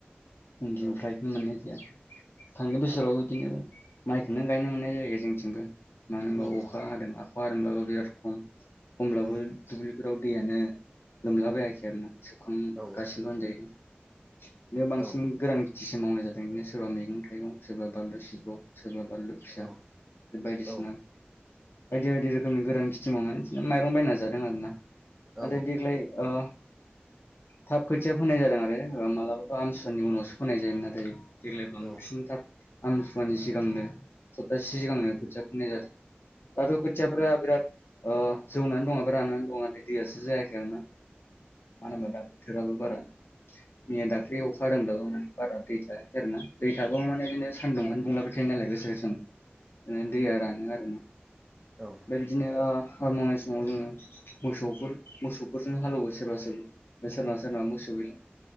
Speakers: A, on the left; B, in the centre.
A: उनथिनिफ्रायखौनो
B: औ
A: मोननाय जाया। थांनाय बोसोराव बिदिनो माइखौनो गायनो मोननाय जायो जोंथिंबो मानो होनबा
B: उम उम
A: अखा हादों आखाइ हादोंब्लाबो बिराद खम खमब्लाबो
B: उम
A: दलि जाव दैयानो लोमलाबायाखै आरो ना सोबखां
B: औ
A: गासिल' होनजायो बिदिनो बांसिन
B: औ
A: गोरान थिसो मावनाय जादों बिदिनो सोरबा मैगं थाइगं सोरबा बानलु सिब्र' सोरबा बानलु फिसा
B: औ
A: बायदिसिना
B: औ
A: बायदि बायदि रोखोमनि गोरान खिथि मावो बिदिनो माइरं बायना जादों आरो ना।
B: औ
A: आरो देग्लाय ओ थाब खोथिया फोनाय जादों आरो माबा' आमसुवानि उनावसो फोनाय जायोमोन नाथाय देग्लाय
B: औ
A: बांसिन थाब आमसुवानि सिगांनो सप्तासे सिगांनो खोथिया फुनाय जादों। दाथ' खोथियाफ्रा बिराद ओ जौनानै दङ बा राननानै दं। दैयासो जायखै आरो मानो होनबा
B: औ
A: दा बोथोराबो बारा मैया दाख्लै अखा दोंब्लाबो माने बारा दै थायाखै आरोना। दै थाबाबो माने बिदिनो सानदुङानो दुंलाबाय थायो नालाय गोसो गोसानो बिदिनो दैया रानो आरो ना।
B: औ।
A: बिदिनो हा मावनाय समाव जोङो मोसौफोर मोसौफोरजों हालौवो सोरबा सोरबा। बे सोरनाबा सोरनाबा मोसौ गैल